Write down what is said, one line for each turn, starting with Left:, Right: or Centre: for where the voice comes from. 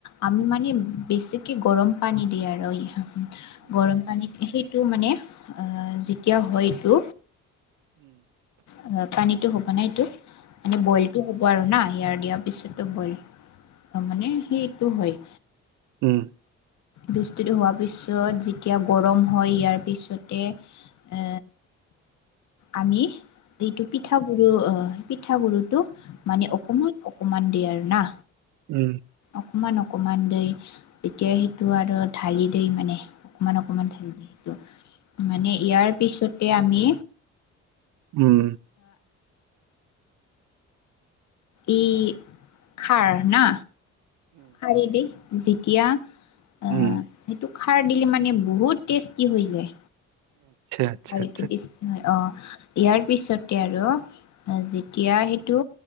Left: আমি মানে বেছিকৈ গৰম পানী দি আৰু এই গৰম পানীত সেইটো মানে যেতিয়া হয়টো অ পানীতটো হ'ব নাইতটো মানে বইলতটো হ'ব আৰু না ইয়াৰ দিয়াৰ পিছতো, ব'ইল মানে সেইটো হয়।
Right: উম।
Left: বস্তুটো হোৱাৰ পিছত যেতিয়া গৰম হয় ইয়াৰ পিছতে
Right: <inaudible>
Left: এ আমি। এইটো পিঠা গুৰু অহ পিঠ গুৰুটো মানে অসমত অকমান দিয়া আৰ না
Right: উম।
Left: অকমান অকমান দেই যেতিয়া সেইটো আৰু ঢালি দেই মানে অকণমান অকণমান ধালি দিয়ে টো মানে ইয়াৰ পিছতে আমি
Right: উম।
Left: ই খাৰ না খাৰি দি যেতিয়া আহ
Right: উম।
Left: সেইটো খাৰ দিলে মানে বহুত টেষ্টি হৈ যায়।
Right: আচ্ছা
Left: ভালকে
Right: আচ্ছা,
Left: টেষ্টি হয় অ' ইয়াৰ পিছতে আৰু যেতিয়া সেইটো